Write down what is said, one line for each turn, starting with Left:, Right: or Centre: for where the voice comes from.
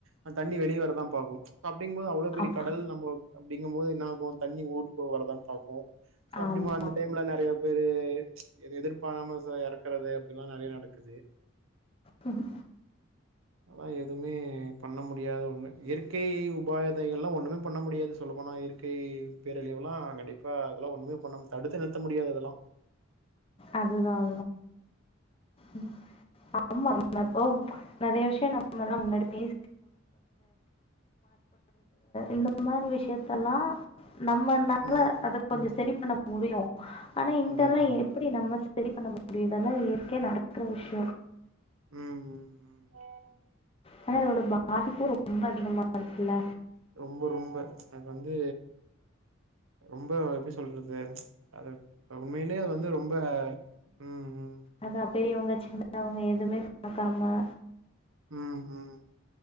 Right: அந் தண்ணி வெளிய வரதா பாகும் அப்படிங்போது அவ்ளோ பெரிய
Left: ஆமா
Right: கடல் நம்பொ அப்படிங்கம்போது என்னாகும் தண்ணி ஊட்டுக்குள்ள வரதான் பாக்கூ சோ அப்டிங்கம்
Left: ஆமா
Right: போது அந்த டைம்ல நெறைய பேரு எதிர்பாராம ச எறக்குறது அப்டில்லா நெறைய நடக்குது.
Left: ம்ஹும்
Right: வா எதுமே பண்ண முடி டியாத ஒன்னு இயற்கை உபாதைகள்ளா ஒன்னுமே பண்ண முடியாது சொல்லப்போனா இயற்கை பேரழிவுகளா கண்டிப்பா அதெல்லா ஒன்னுமே பண்ணமு தடுத்து நிறுத்த முடியாது அதெல்லா
Left: அதுதா அதுதா ம் ஆமா ஆமா இப்போ நெறைய விஷ்யொ நம்மல்லா முன்னடி <inaudible> இந்த மாரி விஷயத்தல்லாம் நம்மனால
Right: ம்
Left: அத கொஞ்சொ செரி பண்ண முடியு ஆனா இந்தெல்லா
Right: அதா அதா
Left: எப்படி நம்ம ச சரி பண்ண முடியு இதல்லா இயற்கையா நடக்குற விஷ்யோ
Right: ம் ம் ம்
Left: ஆனா அதோட பாதிப்பு ரொம்ப அதிகமா இருக்குல்ல
Right: ரொம்ப ரொம்ப அது வந்து ரொம்ப எப்டி சொல்றது அது அ உண்மைலேயே அது வந்து ரொம்ப ம் ம்
Left: அதா பெரியவங்க சின்னவங்க எதுவுமே பாக்காம
Right: ம் ம்